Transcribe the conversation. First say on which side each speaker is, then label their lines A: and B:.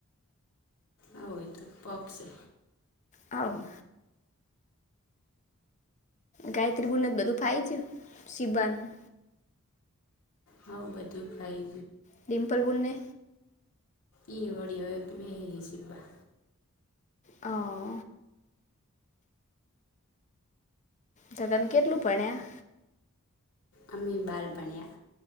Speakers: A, on the left (about 70°); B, on the left (about 35°).
A: હો, ઈ તો પોપ સે
B: હા ગાયત્રી બુને બધું ફાયુ ગયું સીબાનું.
A: હોવ બધું ફાઇ
B: ડિમ્પલ બુને?
A: ઈય વળી હવે બેહી ગઈ સીબા.
B: હા. તો તમે કેટલું ભણ્યા?
A: અમે બાર ભણ્યા.